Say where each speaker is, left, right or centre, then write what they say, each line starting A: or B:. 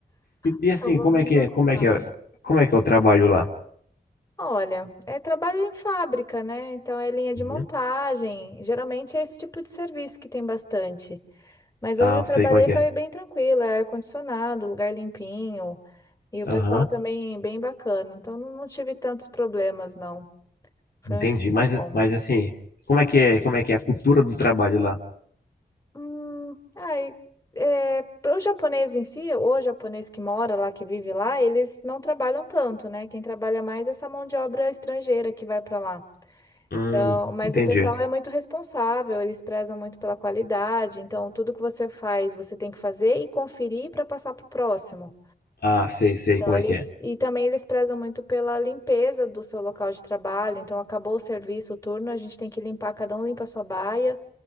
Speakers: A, on the left; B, on the left.
A: E,
B: Ficava
A: e assim, como
B: bem
A: é que
B: bagunçado.
A: é, como é que é, como é que é o trabalho lá?
B: Olha, é trabalho em fábrica, né? Então é linha de
A: Uhum.
B: montagem. Geralmente é esse tipo de serviço que tem bastante. Mas onde
A: Ah,
B: eu trabalhei
A: sei como é que
B: foi
A: é.
B: bem tranquilo, é ar-condicionado, lugar limpinho e o pessoal
A: Aham,
B: também bem bacana. Então não tive tantos problemas, não. Foi
A: entendi.
B: um emprego
A: Mas,
B: bom.
A: mas assim, como é que é, como é que é a cultura do trabalho lá?
B: Hum, ai, é, para o japonês em si, o japonês que mora lá, que vive lá, eles não trabalham tanto, né? Quem trabalha mais é essa mão de obra estrangeira que vai para lá.
A: Hum,
B: Então, mas
A: entendi.
B: o pessoal é muito responsável, eles prezam muito pela qualidade, então tudo que você faz, você tem que fazer e conferir para passar para o próximo.
A: Ah, sei, sei
B: Então,
A: como
B: eles,
A: é que é.
B: e também eles prezam muito pela limpeza do seu local de trabalho. Então, acabou o serviço, o turno, a gente tem que limpar, cada um limpa a sua baia.